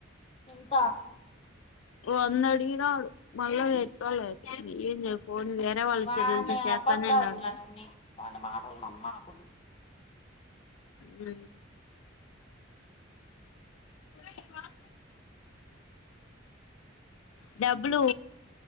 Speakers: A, on the left; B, on the left.
A: అంతా
B: వంద అడిగినాడు మళ్ళా <unintelligible> ఏం చె పోని వేరే వాళ్ళ
A: వాని
B: సెల్లలతో చేస్తాను
A: అబద్ధాలు
B: అన్నాడు.
A: అన్నీ వాని మాటలు నమ్మకు
B: ఉ అ డబ్బలూ